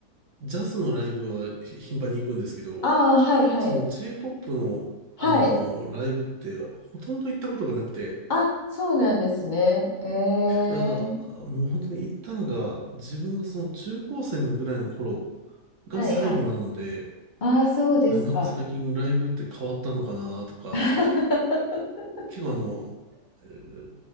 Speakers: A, on the right; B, on the left.
A: ジャズのライブはひ頻繁に行くんですけど、
B: ああ、はいはい。
A: その J-POP のあの、
B: はい。
A: ライブってほとんど行ったことがなくて、
B: あ、そうなんですね。えー、
A: いや、もう本当に行ったのが自分がその中高生のぐらいの頃が最後なので、
B: はいはい。ああ、そうですか。
A: いや、なんか最近ライブって変わったのかなとか、
B: <laughs>
A: 結構あの、えー